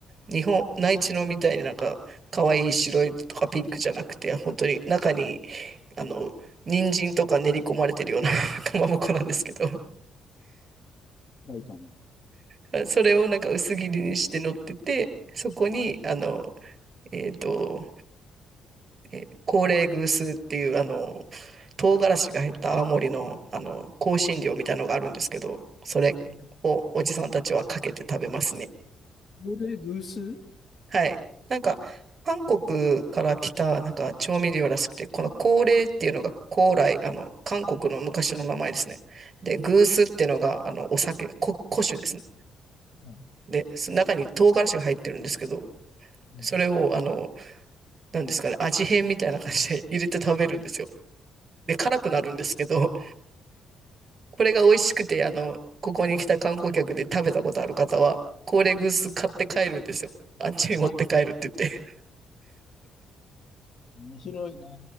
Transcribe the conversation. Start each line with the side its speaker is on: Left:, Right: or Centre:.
Right: 日本、内地のみたいになんか、可愛い白いとかピンクじゃなくて、本当に中に、あの、人参とか練り込まれてるような <laughs> かまぼこなんですけど、
Left: はいかも
Right: あそれをなんか薄切りにして乗ってて、そこに、あの、えっと、えー、高麗グースっていう、あの、唐辛子が入った青森の、あの、香辛料みたいのがあるんですけど、それをおじさんたちはかけて食べますね。
Left: ね。これ、偶数
Right: はい。なんか、韓国から来た、
Left: うん
Right: なんか、調味料らしくて、この高麗っていうのが、高麗、あの、韓国の昔の名前ですね。で、グースっていうのが、あの、お酒、こ、古酒ですね。
Left: はい。
Right: で、その中に唐辛子が入ってるんですけど、
Left: うん。
Right: それを、あの、なんですかね、味変みたいな感じで入れて食べるんですよ。で、辛くなるんですけど、これが美味しくて、あの、ここに来た観光客で食べたことある方は、コーレグース買って帰るんですよ。あっちに持って帰るって言って。
Left: あ、面白いな。